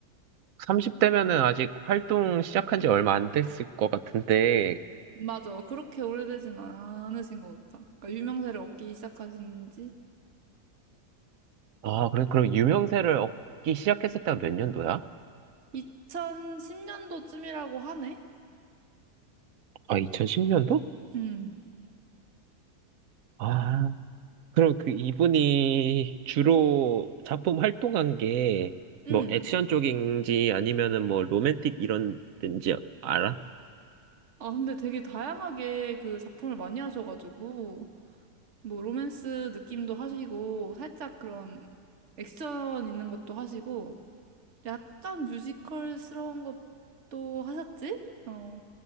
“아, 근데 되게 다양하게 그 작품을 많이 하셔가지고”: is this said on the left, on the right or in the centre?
Right